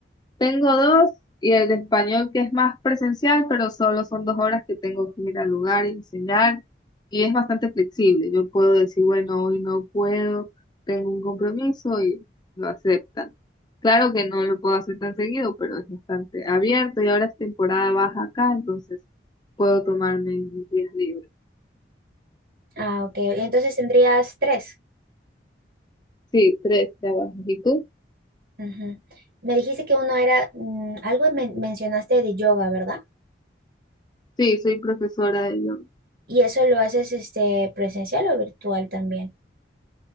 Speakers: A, on the left; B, on the right.
A: Tengo dos y el de español que es más presencial, pero solo son dos horas que tengo que ir al lugar y enseñar y es bastante flexible. Yo puedo decir, bueno, hoy no puedo, tengo un compromiso y lo aceptan. Claro que no lo puedo hacer tan seguido, pero es bastante abierto y ahora es temporada baja acá, entonces puedo tomarme mis días libres.
B: Ah, ok. Entonces tendrías tres.
A: Sí, tres trabajos. ¿Y tú?
B: Ujú. Me dijiste que uno era, mm, algo men- mencionaste de yoga, ¿verdad?
A: Sí, soy profesora de yoga.
B: ¿Y eso lo haces este presencial o virtual también?